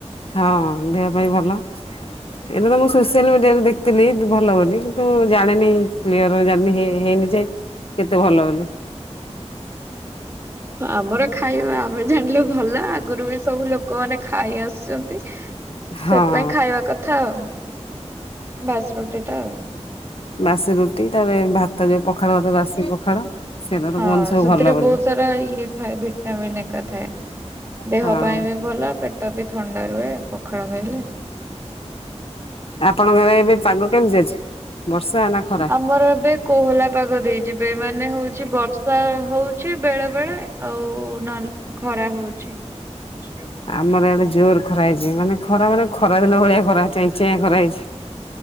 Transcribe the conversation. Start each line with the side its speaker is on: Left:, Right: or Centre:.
Left: ହଁ ଦେହ ପାଇଁ ଭଲ। ଏଇଟା ତ ମୁଁ ସୋସିଆଲ ମିଡିଆରେ ଦେଖଥିଲି ଭଲ ବୋଲି କିନ୍ତୁ ଜଣିନି କ୍ଲିୟର ଜାନି ହେଇନି। କେତେ ଭଲ ବୋଲି।
Right: ଆମର ଖାଇବା ଆମେ। ଜାଣିଲେ ଭଲ ଆଗରୁ ବି ସବୁ ଲୋକମାନୋନ ଖାଇ ଆସୁଛନ୍ତି।
Left: ହଁ
Right: ସେଥିପାଇଁ ଖାଇବା କଥା ଆଉ। ବାସରୁଟି ଟା ଆଉ।
Left: ବାସି ରୁଟି ତାପରେ ଭାତ ତା ଯୋଉ ପଖାଳ ବାସି ପଖାଳ। ସେଇଟା ତ
Right: ହଁ
Left: କୁହନ୍ତି ସବୁ
Right: ସେଥିରେ
Left: ଭଲ ବୋଲି
Right: ବହୁତ ସାରା ଇଏ ଥାଏ ଭିଟଟାମିନ ଏକା ଥାଏ। ଦେହ
Left: ହଁ
Right: ପାଇଁ ବି ଭଲ ପେଟ ବି ଥଣ୍ଡା ରୁହେ ପଖାଳ। ଖାଇଲେ।
Left: ଆପଣଙ୍କ ଗାଁ ରେ ଏବେ ପାଗ କେମିତି ଅଛି। ବର୍ଷା ନା ଖରା?
Right: ଆମର ଏବେ କୋହଲା ପାଗ ଦେଇଛିିବେ ମାନେ ହଉଛି ବର୍ଷା ହଉଛି ବେଳେ ବେଳେ ଆଉ ନହଲେ ଖରା ହଉଛି। ଠିକ୍ ଅଛି।
Left: ଆମର ଆଡେ ଜୋର ଖରା ହେଇଛି ମାନେ ଖରା ମାନେ ଖରା ଦିନ ଭଳିଆ ଖରାଁଁ ଖରା ଚଇ ଚଇଆ ଖରା ହେଇଛି। ଏ ଏ